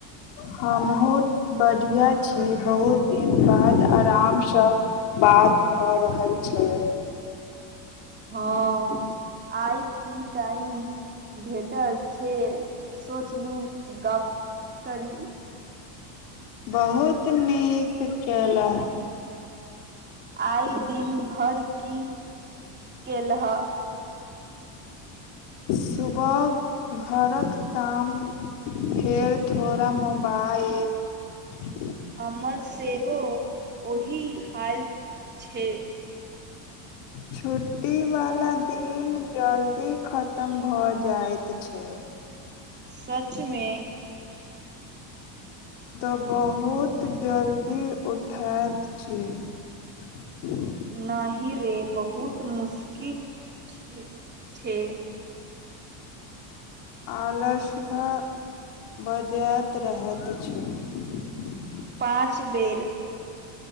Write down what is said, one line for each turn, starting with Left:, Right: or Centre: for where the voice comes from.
Left: हमहु बढ़िया छी बहुत दिन बाद आरामसँ बात भऽ रहल छै
Right: हँ आइ की टाइम भेटल छै स पछिलू गप करी
Left: बहुत नीक कला
Right: आइ दिन भरि की केलह
Left: <unintelligible> सुबह घरक काम फेर थोड़ा मोबाइल
Right: हममर सेहो ओहि हाल छै
Left: छुट्टीवला दिन जल्दी खतम भऽ जाइत छै
Right: सचमें
Left: तऽ बहुत जल्दी उठैत छी <unintelligible>
Right: नहि रे बहुत मुशकिल छै ठीक
Left: आलस भ बजइत रहैत छै
Right: पाँच बेर